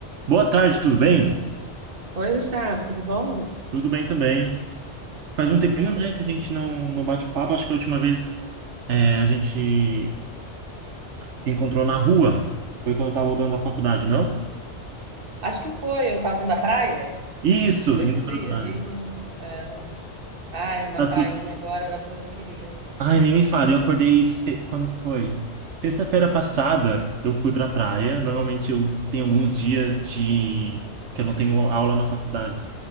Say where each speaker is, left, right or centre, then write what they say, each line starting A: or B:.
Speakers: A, on the right; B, on the right.
A: Boa tarde, tudo bem?
B: Oi, Gustavo, tudo bom? Como
A: Tudo bem também. Faz um tempinho,
B: é que você-
A: né, que a gente não, não bate papo. Acho que a última vez é, a gente se encontrou na rua. Foi quando eu tava voltando da faculdade, não?
B: Acho que foi, eu tava vindo da praia,
A: Isso,
B: foi
A: indo
B: esse dia?
A: pra praia.
B: Isso, é. Ai, uma
A: Tá
B: prainha
A: tudo...
B: agora era tudo que eu queria.
A: Ai, nem me fale. Eu acordei... Se... Quando que foi? Sexta-feira passada, eu fui pra praia. Normalmente eu tenho alguns dias de... que eu não tenho aula na faculdade.